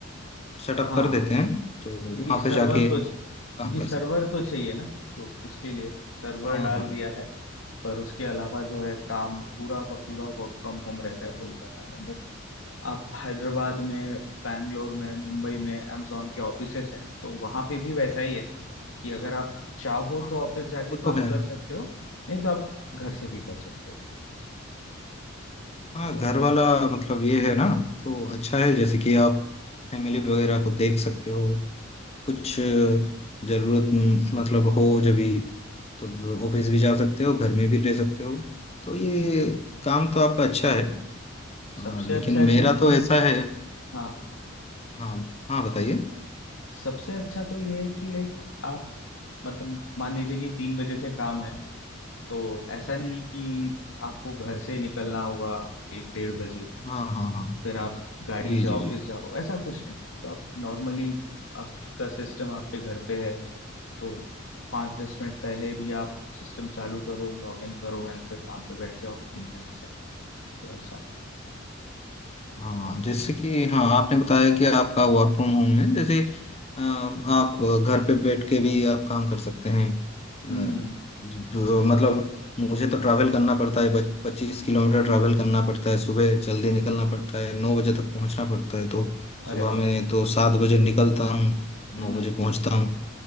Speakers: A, on the left; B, on the left.
A: सेटअप
B: हाँ
A: कर देते हैं तो
B: क्योंकि
A: वहाँ
B: सर्वर
A: पे जाके
B: तो क्योंकि
A: काम कर
B: सर्वर
A: सकते हैं
B: तो चाहिए ना तो उसके लिए सर्वर
A: हाँ
B: डाल
A: हाँ
B: दिया है पर उसके अलावा जो है काम पूरा का पूरा वर्क फ्रॉम होम रहता है कोलकाता में बट आप हैदराबाद में बैंगलोर में मुंबई में amazon के ऑफिसेस हैं तो वहां पे भी वैसा ही है कि अगर आप चाहो
A: हाँ
B: तो ऑफिस जाके
A: वो
B: काम
A: तो है
B: कर सकते हो नहीं तो आप घर से भी कर सकते हो
A: हाँ
B: तो
A: घर वाला मतलब ये है ना तो अच्छा है जैसे कि आप फैमिली वगैरह को देख सकते हो कुछ जरूरत म, मतलब हो जब भी तो ऑफिस भी जा सकते हो घर में भी रह सकते हो तो ये काम तो आपका अच्छा है हाँ,
B: सबसे
A: लेकिन
B: अच्छा
A: मेरा
B: चीज ये
A: तो ऐसा
B: है
A: है
B: हाँ
A: हाँ हाँ बताइए
B: सबसे अच्छा तो ये है कि लाइक आप मतलब मान लीजिए कि तीन बजे से काम है तो ऐसा नहीं कि आपको घर से निकलना होगा एक डेढ़ बजे
A: हाँ हाँ हाँ
B: फिर आप गाड़ी
A: जी
B: से
A: जी
B: ऑफिस
A: जी
B: जाओ ऐसा कुछ नहीं तो आप नॉर्मली आपका सिस्टम आपके घर पे है तो पाँच दस मिनट पहले भी आप सिस्टम चालू करो लॉग इन करो एंड फिर काम पे बैठ जाओ तीन बजे से तो ऐसा
A: हाँ जैसे कि हाँ आपने बताया कि आपका वर्क फ्रॉम होम है जैसे अ, आप घर पे बैठ के भी आप काम कर सकते हैं अ,
B: हम्म
A: जो- मतलब मुझे तो ट्रैवल करना पड़ता है पच्चीस किलोमीटर ट्रैवल करना पड़ता है सुबह जल्दी निकलना पड़ता है नौ बजे तक पहुंचना पड़ता है तो
B: अरे
A: सुबह
B: बाप
A: में
B: रे
A: तो सात बजे निकलता हूँ
B: हम्म
A: नौ
B: हम्म,
A: बजे पहुंचता हूँ